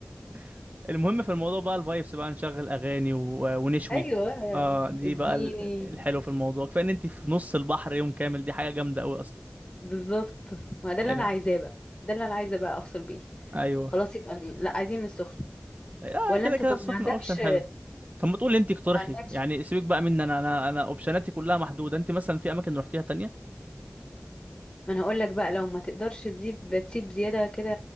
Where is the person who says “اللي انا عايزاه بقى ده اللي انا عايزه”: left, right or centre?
Left